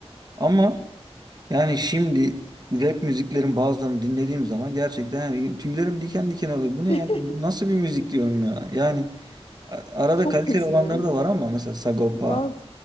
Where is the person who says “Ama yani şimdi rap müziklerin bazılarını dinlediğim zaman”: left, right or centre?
Right